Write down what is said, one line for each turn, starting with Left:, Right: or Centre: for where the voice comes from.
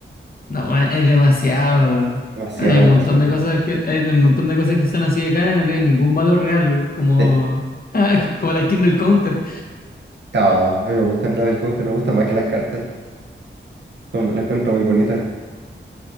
Left: no, weón, es demasiado. weón.
Right: Demasiado,
Left: Hay un
Right: demasiado.
Left: montón de cosas que, hay un montón de cosas que son así de cara y no tienen ningún valor real, como,
Right: Eh,
Left: <laughs> como la skin del counter.
Right: ah, a mí me gustan las del counter, me gustan más que las cartas. Son, las encuentro muy bonitas.